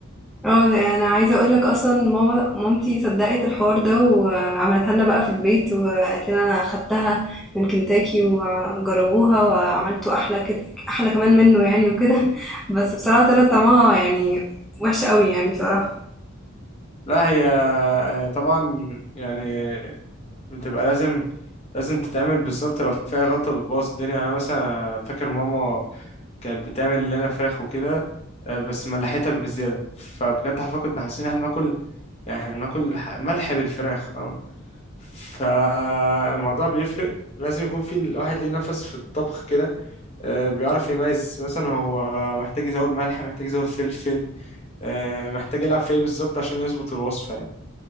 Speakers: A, in the centre; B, on the left.
A: اه ده انا عايزة اقول لك اصلا ماما مامتي صدقت الحوار ده وعملتها لنا بقى في البيت وقالت لنا انا خدتها من كنتاكي وجربوها وعملته احلى كده احلى كمان منه يعني وكده <laughs> بس بصراحة طلعت طعمها يعني وحشة قوي يعني بصراحة
B: لا هي هي طبعا يعني بتبقى لازم لازم تتعمل بالظبط لو فيها غلطة بتبوظ الدنيا يعني أنا مثلا فاكر ماما كانت بتعمل لنا فراخ وكده آه، بس ملحتها بالزيادة فبجد حرفيا كنا حاسين إن إحنا بناكل يعني إحنا بناكل ح- ملح بالفراخ فاهمة فالموضوع بيفرق لازم يكون في الواحد ليه نفس في الطبخ كده آه، بيعرف يميز مثلا هو محتاج يزود ملح محتاج يزود فلفل آه، محتاج يلعب في ايه بالظبط عشان يظبط الوصفة يعني